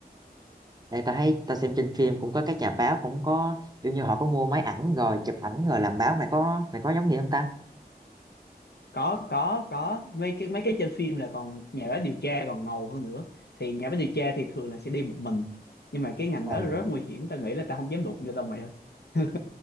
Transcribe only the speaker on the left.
có có có mấy cái mấy cái trên phim là còn nhà báo điều tra còn ngầu hơn nữa thì nhà báo điều tra thì thường là sẽ đi một mình nhưng mà cái ngành
đó là rất nguy hiểm tao nghĩ là tao không dám đụng vô đâu mày ơi <laughs>